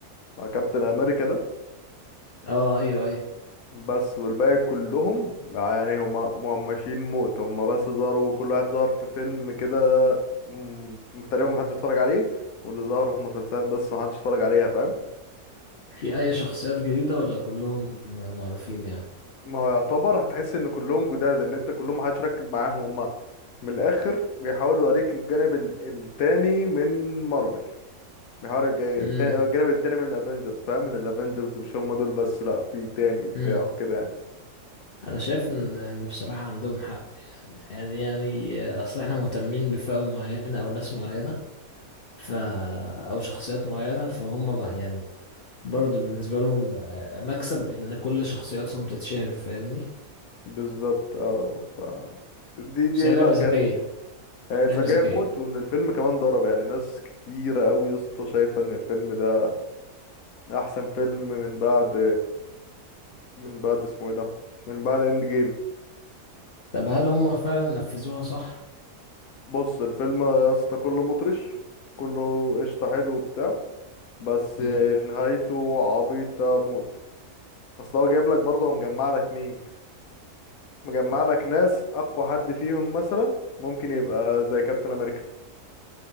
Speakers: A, on the left; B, on the left.
A: مع كابتن امريكا ده
B: اه ايوه ايوه
A: بس والباقي كلهم يعني هما مهمشين موت هما بس ظهروا كل واحد ظهر في فيلم كده م- تقريبا محدش اتفرج عليه واللي ظهروا في مسلسلات بس محدش اتفرج عليها فاهم
B: في اي شخصيات جديدة ولا كلهم معروفين يعني
A: ما هو يعتبر هتحس ان كلهم جداد ان انت كلهم محدش ركز معاهم هم من الاخر بيحاول يوريك الجانب ال- التاني من مارفل بيحاول يج- التاني
B: امم
A: الجانب التاني من الافنجرز فاهم من الافنجرز مش هم دول بس لا في تاني وبتاع
B: امم
A: وكده يعني
B: انا شايف ان ان بصراحة عندهم حق يعني يعني اصل احنا مهتمين بفئة معينة او ناس معينة ف او شخصيات معينة فهم بقى يعني برضو بالنسبة لهم آه، مكسب ان كل شخصياتهم تتشهر فاهمني
A: بالظبط اه ف دي دي
B: بس هي لعبة
A: لا كانت
B: ذكية
A: هي
B: لعبة
A: ذكية
B: ذكية
A: موت وان الفيلم كمان ضرب يعني ناس كتيرة قوي يا اسطى شايفة ان الفيلم ده احسن فيلم من بعد من بعد اسمه ايه ده من بعد اند جيم
B: طب هل هم فعلا نفذوها صح
A: بص الفيلم يا اسطى كله مطرش كله قشطة حلو وبتاع بس
B: امم
A: نهايته عبيطة موت اصل هو جايب لك برضه هو مجمع لك مين مجمع لك ناس اقوى حد فيهم مثلا ممكن يبقى زي كابتن امريكا